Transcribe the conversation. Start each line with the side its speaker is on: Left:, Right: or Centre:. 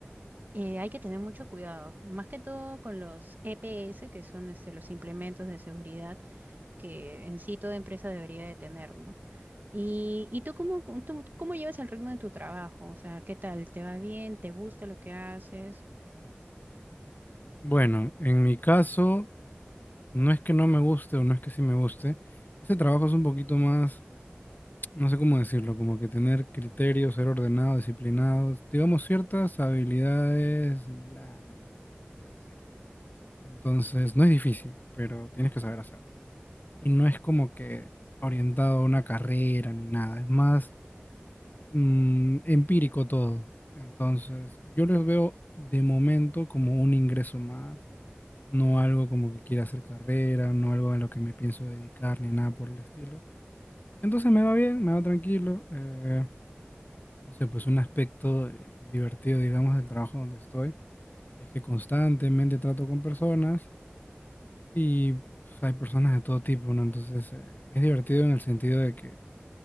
Right: eh, hay que tener mucho cuidado, más que todo con los EPS, que son, este, los implementos de seguridad que en sí toda empresa debería de tener, ¿no? ¿Y, y tú cómo, cómo- tú cómo llevas el ritmo de tu trabajo? O sea, ¿qué tal? ¿Te va bien? ¿Te gusta lo que haces?
Left: Bueno, en mi caso... No es que no me guste o no es que sí me guste. Este trabajo es un poquito más, no sé cómo decirlo, como que tener criterio, ser ordenado, disciplinado, digamos ciertas habilidades blandas, se puede decir. Entonces, no es difícil, pero tienes que saber hacerlo. Y no es como que orientado a una carrera ni nada, es más mm, empírico todo. Entonces, yo los veo de momento como un ingreso más no algo como que quiera hacer carrera, no algo a lo que me pienso dedicar ni nada por el estilo. Entonces me va bien, me va tranquilo. eh, no sé, pues un aspecto eh, divertido, digamos, del trabajo donde estoy es que constantemente trato con personas y pues, hay personas de todo tipo, ¿no? Entonces eh, es divertido en el sentido de que